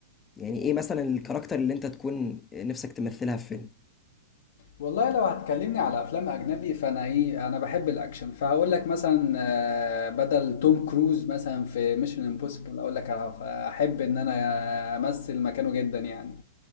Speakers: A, on the left; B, on the left.
A: يعني ايه مثلا الكاركتر اللي انت تكون نفسك تمثلها في فيلم
B: والله لو هتكلمني على افلام اجنبي فانا ايه انا بحب الاكشن فهقول لك مثلا آه، بدل توم كروز مثلا في ميشن امبوسيبل اقول لك احب ان انا امثل مكانه جدا يعني